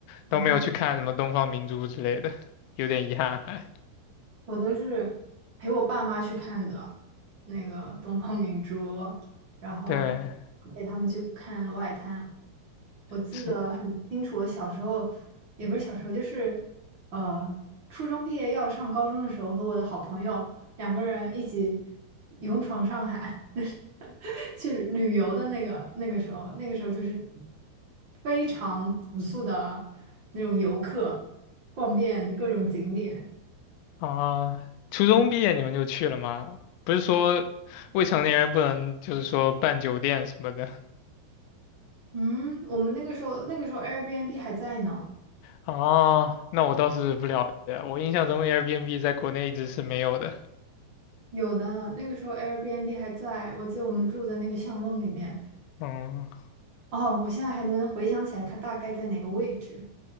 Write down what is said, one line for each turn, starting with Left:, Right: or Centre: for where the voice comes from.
Right: <laughs>
Left: 都没有去看什么东方明珠之类的，
Right: 哦，
Left: 有点遗憾还。
Right: 我都是陪我爸妈去看的，那个东方明珠，然后
Left: 对，
Right: 陪他们去看《外滩》。我记得很清楚，
Left: 是
Right: 我小时候也不是小时候，就是呃，初中毕业要上高中的时候，和我的好朋友两个人一起勇闯上海，就是 <laughs> 去旅游的那个那个时候，那个时候就是非常朴素的那种游客，逛遍各种景点。
Left: 啊，初中毕业你们就去了吗？
Right: 嗯
Left: 不是说未成年人不能就是说办酒店什么的
Right: 嗯，我们那个时候那个时候 Airbnb 还在呢，
Left: 哦，那我倒是不了解，我印象中 Airbnb 在国内一直是没有的。
Right: 有的那个时候 Airbnb 还在，我记得我们住在那个巷弄里面。
Left: 嗯
Right: 哦，我现在还能回想起来它大概在哪个位置。